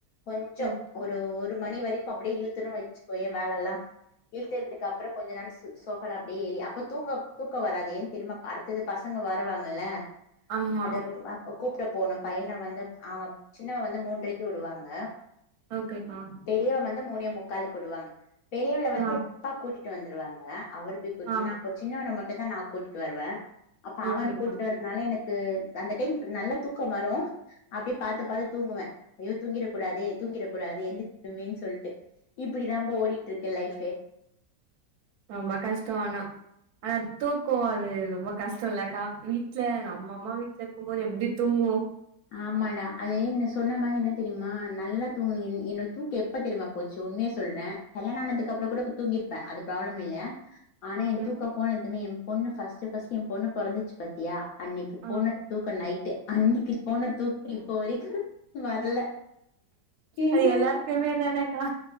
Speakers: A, on the left; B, on the right.
A: கொஞ்சோ
B: ம்
A: ஒரு ஒரு மணி வரைக்கு அப்டியே இழுத்துரு வச்சுக்கோயேன் வேலல்லா இழுத்ததுக்கப்றோ கொஞ்ச நேர சோபால அப்டி ஏறி அப்ப தூங்க தூக்கோ வராது ஏ தெரியும்மா அடுத்தது பசங்க வரவாங்கல்ல
B: ஆமா
A: அது அப்பக் கூப்ட போனோ பையன வந்து அவ சின்னவ வந்து மூண்ட்ரைக்கு விடுவாங்க
B: ஓகேக்கா
A: பெரியவள வந்து மூணே முக்காலுக்கு விடுவாங்க பெரியவள வந்து
B: ஆ
A: எ அப்பா கூட்டிட்டு வந்துருவாங்க அவரு போய் கூட்னு
B: ஆ
A: நா அப்ப சின்னவன மட்டு தா நா கூட்டிட்டு வருவ அப்ப
B: ஓகேக்கா
A: அவன கூட்டிட்டு வர அதுன்னால எனக்கு அந்த டைம் நல்ல தூக்கம் வரு அப்டியே பாத்து பாத்து தூங்குவ ஐயோ தூங்கிரக் கூடாதே தூங்கிரக் கூடாதே <inaudible> சொல்ட்டு இப்டிதாப்பா ஓடிட்ருக்கு லைஃப்பே
B: ரொம்ப கஷ்ட்டோ ஆனா ஆனா தூக்கோ அது ரொம்ப கஷ்ட்டோ இல்லக்கா வீட்ல நம்ம அம்மா வீட்ல இருக்கு போது எப்டி தூங்குவோ
A: ஆமாடா அது நீ சொன்ன மாரி என்ன தெரியுமா நல்லா தூங்கனி எ என்னோ தூக்கோ எப்ப தெரியுமா போச்சு உண்மய சொல்றே கல்யாண ஆனதுக்கு அப்றோ கூட தூங்கிருப்ப அது ப்ராப்ளம் இல்ல ஆனா
B: ஓகே
A: எ தூக்கோ போனதுமே எ பொண்ணு ஃபஸ்ட்டு ஃபஸ்ட்டு எ பொண்ணு பொறந்துச்சு பாத்தியா அன்னைக்கு
B: ஆ
A: போனது தூக்கோ நைட்டு அன்னிக்கி போன தூக்கோ இப்போ வரைக்கு வர்ல ஏனா
B: அது எல்லாருக்குமே தானேக்கா